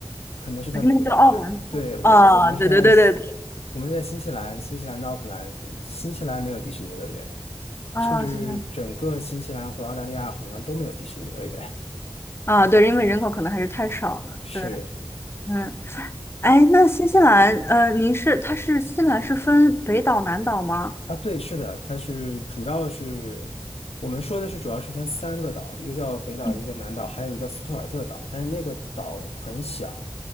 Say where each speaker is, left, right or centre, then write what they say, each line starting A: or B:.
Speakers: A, on the left; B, on the left.
A: 可能是在美国的奥克兰。
B: 还是那个叫奥兰多？
A: 对，我我们是在西
B: 啊、对对对对对，
A: 我们是在新西兰，新西兰的奥克兰，新西兰没有迪士尼乐园，
B: 啊、
A: 甚至整个新西兰和澳大利亚好像都没有迪士尼乐园。
B: 是这样。啊，对，因为人口可能还是太少了。
A: <laughs> 是
B: 对，嗯，哎，那新西兰，呃，您是它是新西兰是分北岛南岛吗？
A: 啊，对，是的，它是主要是我们说的是主要是分三个岛，一个叫北岛，
B: 嗯
A: 一个叫南岛，还有一个叫斯图尔特岛，但是那个岛很小，